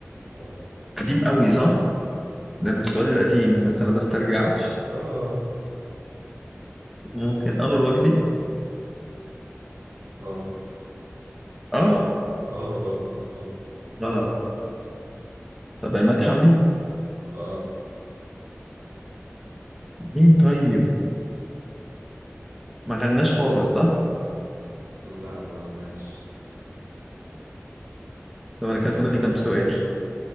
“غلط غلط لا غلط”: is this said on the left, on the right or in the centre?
Right